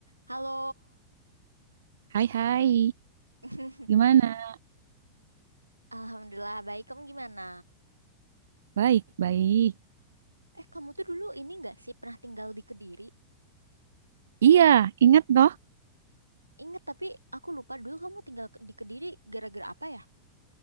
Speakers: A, on the right; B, on the right.
A: Halo,
B: Hai hai,
A: <laughs>
B: gimana?
A: Alhamdulillah baik. Kamu gimana?
B: Baik, baik.
A: Eh, kamu tuh dulu ini nggak sih pernah tinggal di Kediri?
B: Iya, ingat toh,
A: Ingat tapi aku lupa dulu kamu tinggal ke- di Kediri gara-gara apa ya?